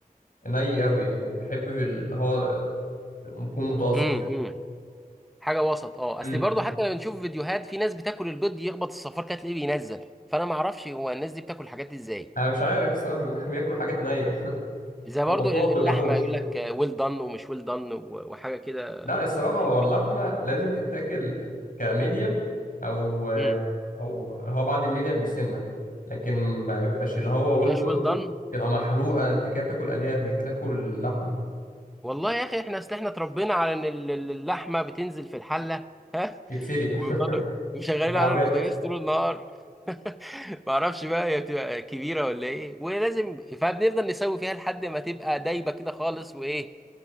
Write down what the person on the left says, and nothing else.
ني قوي يعني بحب اللي هو ممكن متوسط
كده
امم
انا مش عارف الصراحه بي- <laughs> بياكلوا حاجات نيه <laughs>
بطنهم
ما بتوجعهمش
لا الصراحه هو
اللحمه
لازم تتاكل كميديم او
او هو بعد الميديم بسنه لكن ما يبقاش اللي هو ويل
دون
تبقى محروقه انت كده بتاكل الياف مش بتاكل لحمه
يتسلق <laughs>
مكعبات